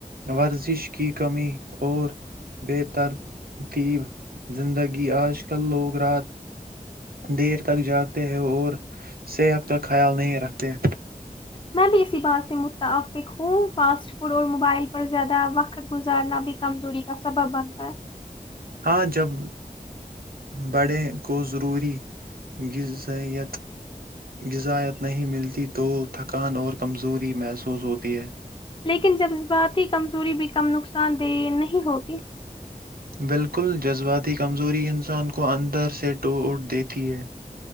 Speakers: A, on the right; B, on the left.
A: ورزش کی کمی اور بے ترتیب زندگی آج کل لوگ رات دیر تک جاگتے ہیں اور صحت کا خیال نہیں رکھتے
B: میں اسی بات سے متعفق ہ فاس ف اور موبائل پر زیادہ وقت گزارنا بھی کمزوری کا سبب بنتا ہے
A: ہاں جب بڑے کو ضروری غذائیت غذات نہیں ملتی تو تھکان اور کمزوری محسوس ہوتی ہے
B: لیکن جذباتی کمزوری بھی کم نقصان دہ نہیں ہوتی
A: بالکل جذباتی کمزوری انسان کو اندر سے ٹو اٹ دیتی ہے